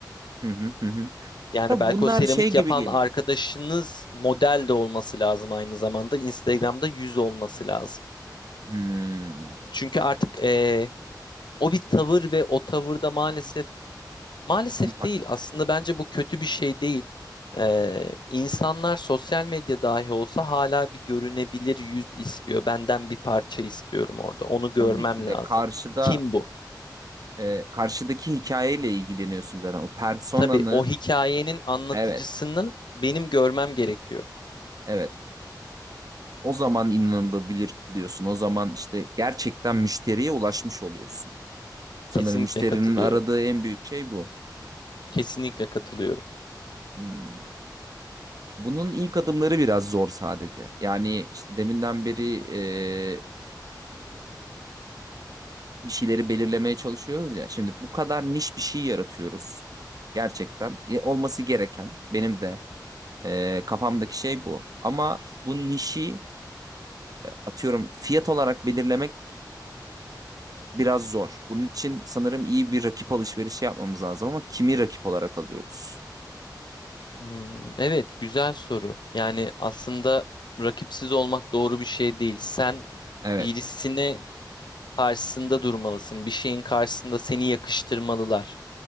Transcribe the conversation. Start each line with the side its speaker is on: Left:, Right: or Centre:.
Right: Hı hı hı. hı.
Left: Yani
Right: Da
Left: belki
Right: bunlar
Left: o seramik
Right: şey gibi
Left: yapan
Right: geliyor.
Left: arkadaşınız model de olması lazım aynı zamanda. Instagram'da yüz olması lazım.
Right: Hmm,
Left: Çünkü artık eee, o bir tavır ve o tavırda maalesef maalesef
Right: tam paket.
Left: değil aslında bence bu kötü bir şey değil. Eee insanlar sosyal medya dahi olsa hala bir görünebilir yüz istiyor. Benden bir parça istiyorum orada. Onu görmem
Right: Tabii ki
Left: lazım.
Right: de karşıda
Left: Kim bu?
Right: e, e, karşıdaki hikayeyle ilgileniyorsun zaten. O personanı
Left: Tabii o hikayenin anlatıcısını
Right: evet.
Left: benim görmem gerekiyor.
Right: Evet. O zaman inanılabilir kılıyorsun. O zaman işte gerçekten müşteriye ulaşmış oluyorsun. Sanırım
Left: Kesinlikle
Right: müşterinin
Left: katılıyorum.
Right: aradığı en büyük şey bu.
Left: Kesinlikle katılıyorum.
Right: Hmm. Bunun ilk adımları biraz zor sadece. Yani işte deminden beri e, bir şeyleri belirlemeye çalışıyoruz ya. Şimdi bu kadar niş bir şey yaratıyoruz. Gerçekten E, olması gereken benim de e, kafamdaki şey bu. Ama bu nişi atıyorum fiyat olarak belirlemek biraz zor. Bunun için sanırım iyi bir rakip alışverişi yapmamız lazım ama kimi rakip olarak alıyoruz?
Left: Hmm, evet, güzel soru. Yani aslında rakipsiz olmak doğru bir şey değil. Sen
Right: Evet,
Left: birisine karşısında durmalısın. Bir şeyin karşısında seni yakıştırmalılar.